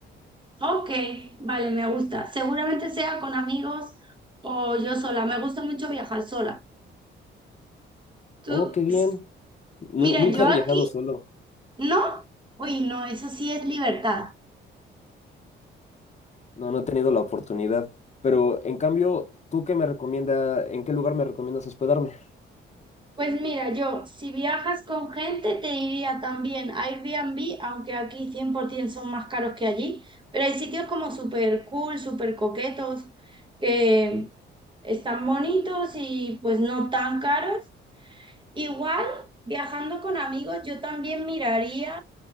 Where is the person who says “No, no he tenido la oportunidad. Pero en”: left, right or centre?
Left